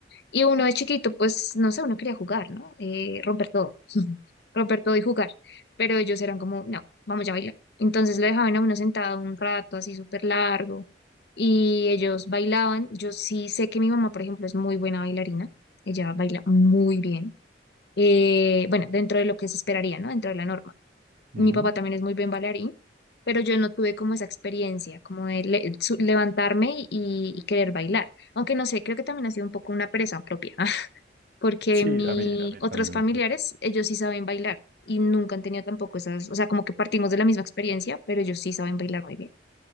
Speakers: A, on the left; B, on the right.
A: y uno de chiquito, pues, no sé, uno quería jugar, ¿no? Eh, romper todo, <laughs> romper todo y jugar, pero ellos eran como, no, vamos ya a bailar. Entonces lo dejaban a uno sentado un rato así súper largo y ellos bailaban. Yo sí sé que mi mamá, por ejemplo, es muy buena bailarina, ella baila muy bien. Eh, bueno, dentro de lo que se esperaría, ¿no? Dentro de la norma mi
B: Ujú.
A: papá también es muy buen bailarín, pero yo no tuve como esa experiencia, como de le- su- levantarme y, y querer bailar. Aunque no sé, creo que también ha sido un poco una presa propia, <laughs> porque
B: Sí,
A: mis
B: a mí, a mí
A: otros
B: también
A: familiares,
B: me pasa.
A: ellos sí saben bailar y nunca han tenido tampoco esas, o sea, como que partimos de la misma experiencia, pero ellos sí saben bailar muy bien.